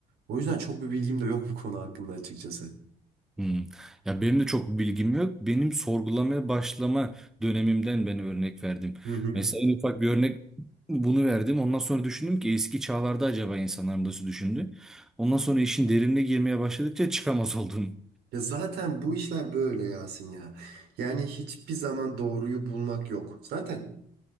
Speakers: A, on the right (about 70°); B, in the centre.
A: O yüzden çok bir bilgim de yok bu konu hakkında açıkçası.
B: Hmm. Ya benim de çok bir bilgim yok. Benim sorgulamaya başlama dönemimden ben örnek verdim.
A: Hı hı.
B: Mesela en ufak bir örnek bunu verdim. Ondan sonra düşündüm ki eski çağlarda acaba insanlar nasıl düşündü? Ondan sonra işin derinine girmeye başladıkça çıkamaz <laughs> oldum.
A: Ya zaten bu işler böyle Yasin ya. Yani hiçbir zaman doğruyu bulmak yok. Zaten